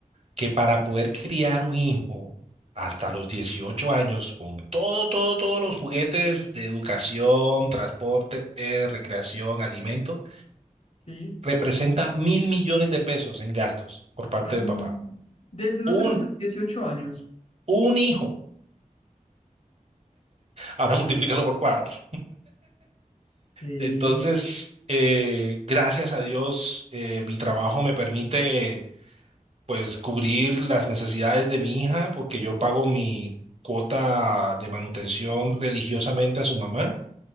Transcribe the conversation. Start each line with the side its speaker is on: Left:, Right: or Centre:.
Right: que para poder criar un hijo hasta los 18 años con todo, todo, todos los juguetes de educación, transporte, eh, recreación, alimento,
Left: Sí.
Right: representa mil millones de pesos en gastos por parte
Left: Ay,
Right: de papá.
Left: desde los
Right: Un,
Left: 0 a los 18 años.
Right: un hijo. Ahora multiplícalo por cuatro.
Left: Sí,
Right: Entonces, eh, gracias a Dios, eh, mi trabajo me permite pues cubrir las necesidades de mi hija porque yo pago mi cuota de manutención religiosamente a su mamá